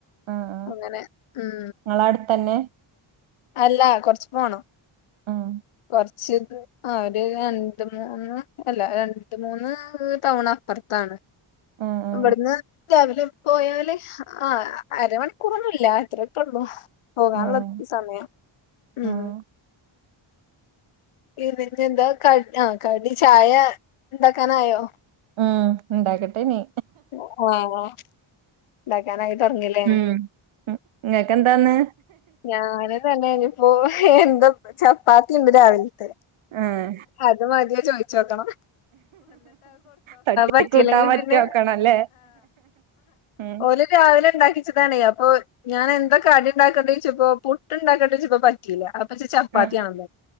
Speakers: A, on the right; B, on the left.
A: ആഹ്
B: അങ്ങനെ ഉം
A: നിങ്ങളെ അടുത്തന്നെ.
B: അല്ല കൊറച്ചുപോണം.
A: ആം
B: കൊറച്ച് ഇത് ആ ഒരു രണ്ട് മൂന്ന് അല്ല രണ്ട് മൂന്ന് ടൗൺ അപ്പറത്താണ്. !!!!!!!!
A: ആം
B: ഇവടന്ന് രാവിലെ പോയാല് ആ അരമണിക്കൂറൊന്നും ഇല്ല അത്രൊക്കെ ഒള്ളു. പോകാനൊള്ള
A: ആഹ് ആഹ്
B: സമയം ഉം.
A: ആഹ്
B: ഇതിഞ്ഞാ എന്താ ക ആ കടി ചായ ഉണ്ടാക്കാനായോ.
A: ഉം ഉണ്ടാക്കട്ടെ നീ
B: ഉം ഉം ഉണ്ടാക്കാനായി തൊടങ്ങീല്ലേ
A: ഉം ഇങ്ങക്കെന്താന്ന്
B: ഞാനും തന്നെയ്നു ഓഹ് എന്താപ്പാ ചപ്പാത്തി ഉണ്ട് രാവിലത്തെ
A: ആഹ്
B: അത് മതിയ ചോയിച്ച് നോക്കണം
A: തട്ടി
B: പറ്റിയില്ലെങ്കിൽ
A: കൂട്ടാൻ പറ്റോക്കണല്ലേ
B: പിന്നെ
A: ഉം
B: ഇന്ന് രാവിലെ ണ്ടാക്കിച്ചതാണേ അപ്പൊ ഞാൻ എന്താ കടിണ്ടാക്കണ്ടേയ്ച്ചപ്പോ പുട്ടുണ്ടാക്കണ്ടേ യ്ച്ചപ്പോ പ റ്റീല അപ്പൊച്ച് ചപ്പാത്തി
A: ആഹ്
B: വാണംന്ന്